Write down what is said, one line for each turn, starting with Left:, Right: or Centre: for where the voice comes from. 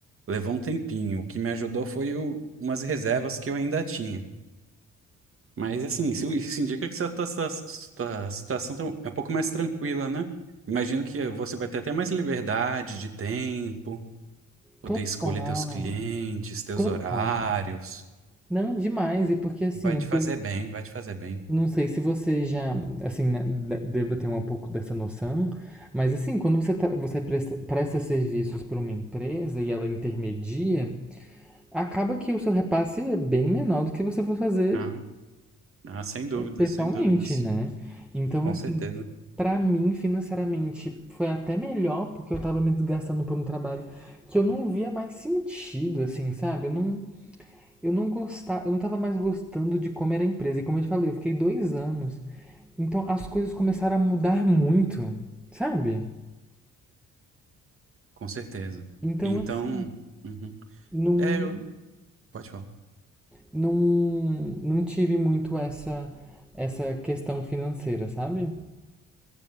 Right: levou um tempinho. O que me ajudou foi o- umas reservas que eu ainda tinha. Mas assim, isso, isso indica que sua, tua- sua- sua situação tá um- é um pouco mais tranquila, né? Imagino que você vai ter até mais liberdade de tempo, poder
Centre: Total,
Right: escolher teus clientes, teus
Centre: total.
Right: horários.
Centre: Não, demais. E porque assim,
Right: Vai
Centre: eu
Right: te
Centre: te-
Right: fazer bem, vai te fazer bem.
Centre: não sei se você já, assim, né, de- deva ter um pouco dessa noção, mas assim, quando você, tra- você presta, presta serviços para uma empresa e ela intermedia, acaba que o seu repasse é bem menor do que você for fazer
Right: Ah, ah, sem dúvidas,
Centre: pessoalmente,
Right: sem dúvidas.
Centre: né? Então,
Right: Com
Centre: assim,
Right: certeza,
Centre: para mim, financeiramente, foi até melhor porque eu tava me desgastando por um trabalho que eu não via mais sentido, assim, sabe? Eu não, Eu não gostava, eu não tava mais gostando de como era a empresa. E como eu te falei, eu fiquei dois anos. Então as coisas começaram a mudar muito, sabe?
Right: com certeza.
Centre: Então
Right: Então,
Centre: assim,
Right: uhum.
Centre: não,
Right: É, eu- pode falar.
Centre: não, não tive muito essa, essa questão financeira, sabe?